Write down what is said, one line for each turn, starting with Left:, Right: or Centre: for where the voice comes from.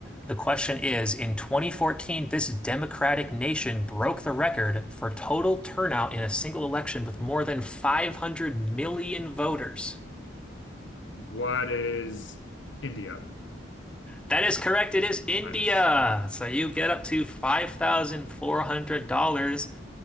Centre: The question is, in 2014, this democratic nation broke the record for total turnout in a single election with more than 500 million voters.
Left: What is India?
Centre: That is correct. It is India.
Left: Nice.
Centre: So you get up to $5,400